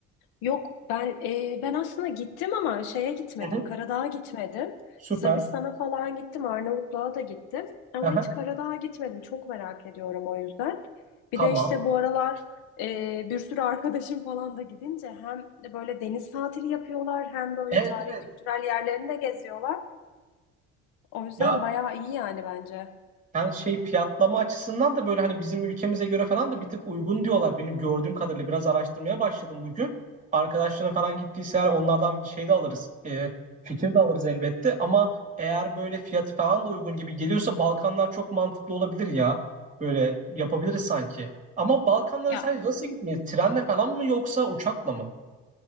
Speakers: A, on the left (about 70°); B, on the right (about 20°).
A: yok ben e, ben aslında gittim ama şeye gitmedim
B: Hı hı.
A: Karadağ'a gitmedim.
B: Süper.
A: Sırbistan'a falan gittim Arnavutluğa da gittim ama
B: Hı
A: hiç Karadağ'a gitmedim çok merak ediyorum o yüzden.
B: Tamam.
A: Bir de işte bu aralar e, bir sürü <laughs> arkadaşım falan da gidince hem böyle deniz tatili yapıyorlar hem böyle
B: Evet
A: tarihi
B: evet.
A: kültürel yerlerini de geziyorlar. O yüzden
B: Ya
A: bayağı iyi yani bence.
B: ben şey fiyatlama açısından da böyle hani bizim ülkemize göre falan da bir tık uygun diyorlar. Benim gördüğüm kadarıyla biraz araştırmaya başladım bugün. Arkadaşların falan gittiyse eğer onlardan bir şey de alırız. e, fikir de alırız elbette. Ama eğer böyle fiyatı falan da uygun gibi geliyorsa Balkanlar çok mantıklı olabilir ya. Böyle yapabiliriz sanki. Ama Balkanlara
A: Ya
B: sadece nasıl gitmeyiz? Trenle falan mı yoksa uçakla mı?